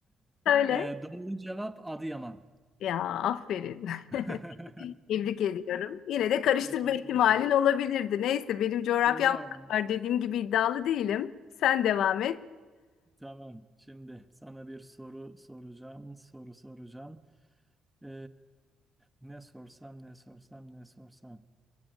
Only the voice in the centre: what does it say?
Ee, doğru cevap Adıyaman.
<laughs>
Teşekkür
ederim.
Yok.
Tamam. Şimdi sana bir soru soracağım. Soru soracağım. Ee, ne sorsam, ne sorsam, ne sorsam.